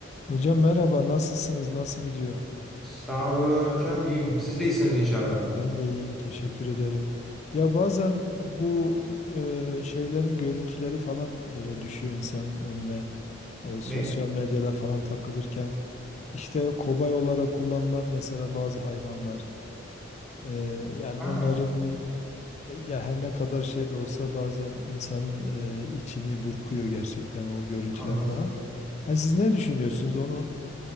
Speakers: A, on the left; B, in the centre.
A: Hocam merhaba, nasılsınız? Nasıl gidiyor?
B: Sağ olun hocam iyiyim. Siz de iyisiniz inşallah.
A: Ben de iyiyim, teşekkür ederim. Ya bazen bu e, şeylerin görüntüleri falan böyle düşüyor insanın önüne. E, sosyal
B: Ne?
A: medyada falan takılırken işte kobay olarak kullanılan mesela bazı hayvanlar. E, yani
B: Ha,
A: onların ya her ne kadar şey de olsa bazen insanın e, içini burkuyor gerçekten o görüntüler
B: Anladım.
A: falan. Yani siz ne düşünüyorsunuz onu